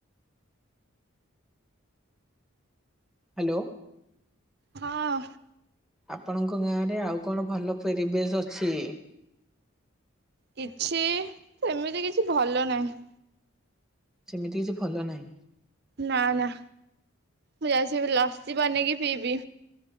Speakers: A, in the centre; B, on the right (about 50°).
A: ହ୍ୟାଲୋ।
B: ହଁ,
A: ଆପଣଙ୍କ ଗାଁ ରେ ଆଉ କଣ ଭଲ ପେରିବେଶ ଅଛି।
B: କିଛି ଏମିତି କିଛି ଭଲ ନାହିଁ।
A: ସେମିତି କିଛି ଭଲ ନାହିଁ।
B: ନା ନା ମୁଁ ଯାଇଛି ଏବେ ଲସି ବନେଇକି ପିଇବି।